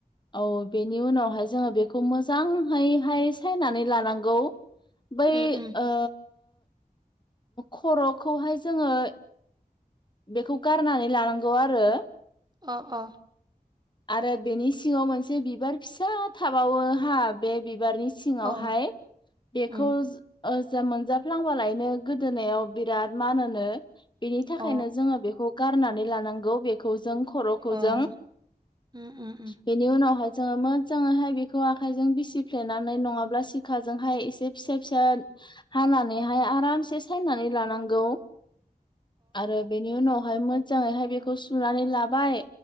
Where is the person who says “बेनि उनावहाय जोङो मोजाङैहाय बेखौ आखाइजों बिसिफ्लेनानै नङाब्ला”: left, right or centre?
Left